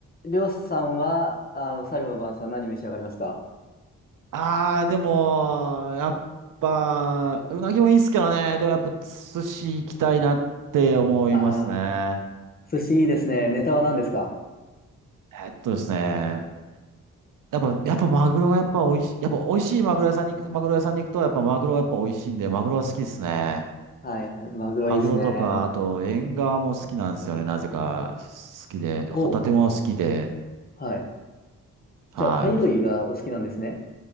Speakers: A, on the left; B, on the right.
A: りょうさんは、あの、最後の晩餐何召し上がりますか
B: ああ、でも、やっぱ、うなぎもいいっすけどね。でもやっぱ寿司行きたいなって思いますね。
A: ああー、寿司いいですね。ネタは何ですか
B: えっとですね。やっぱ、やっぱマグロがやっぱ美味しい、やっぱ美味しいマグロ屋さんに行く、マグロ屋さんに行くとやっぱマグロはやっぱ美味しいんで、マグロは好きですね。
A: はいはい、マグロいいですね。
B: マグロとか、あと、縁側も好きなんですよね、なぜか。好きで、ホタテも好きで、
A: おう、はい。
B: はい。
A: じゃあ、貝類がお好きなんですね。